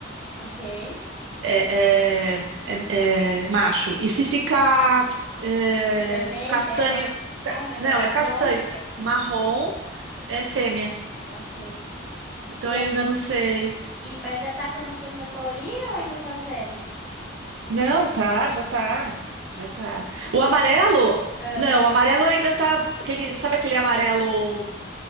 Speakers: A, in the centre; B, on the right.
A: ok.
B: é, é, é, é, macho. E se ficar é,
A: Vermelho.
B: castanho,
A: É, ro-
B: ca-
A: Ai, meu Deus,
B: não,
A: marrom.
B: é castanho, é marrom é fêmea.
A: Ok.
B: Então
A: E ele.
B: eu ainda não sei.
A: E, mas já tá começando a colorir ou ainda tá zero?
B: Não, tá, já tá, já tá.
A: E
B: O
A: tá
B: amarelo,
A: puxando. Ah,
B: não, o amarelo ainda tá, aquele, sabe aquele amarelo